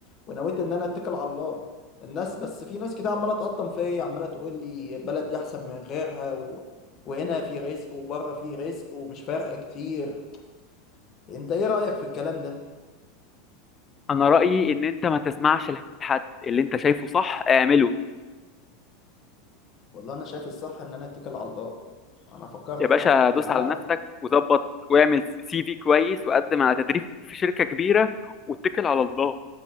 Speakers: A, on the left (about 40°); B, on the left (about 25°).
A: ونويت ان انا اتكل على الله الناس بس في ناس كده عماله تقطم فيا عماله تقول لي البلد دي احسن من غيرها و... وهنا في رزق وبره في رزق ومش فارقه كتير انت ايه رايك في الكلام ده
B: انا رأيي ان انت ما تسمعش لحد اللي انت شايفه صح اعمله
A: والله انا شايف الصح ان انا اتكل على الله انا فكرت
B: يا
A: في
B: باشا
A: حاجه
B: دوس
A: العقل
B: على نفسك وظبط واعمل سي في كويس وقدم على تدريب في شركة كبيرة واتكل على الله